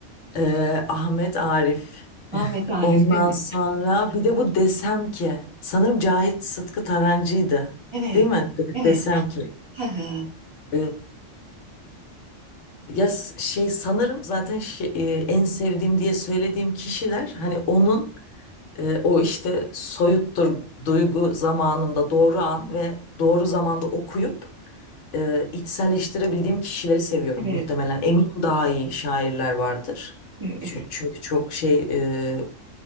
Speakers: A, on the left (about 70°); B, on the right (about 25°).
A: Ee, Ahmet Arif.
B: Ahmet
A: <laughs>
B: Arif
A: Ondan
B: değil mi?
A: sonra bir de bu desem ki sanırım Cahit Sıtkı Tarancı'ydı.
B: Evet,
A: Değil mi?
B: evet,
A: Desem ki.
B: Ha, ha,
A: e, Ya s- şey sanırım zaten şey- e, en sevdiğim diye söylediğim kişiler hani onun e, o işte soyuttur duygu zamanımda doğru an ve doğru zamanda okuyup e, içselleştirebildiğim kişileri seviyorum
B: evet.
A: muhtemelen. Eminim daha iyi şairler vardır.
B: E,
A: Çünkü, çünkü çok şey e,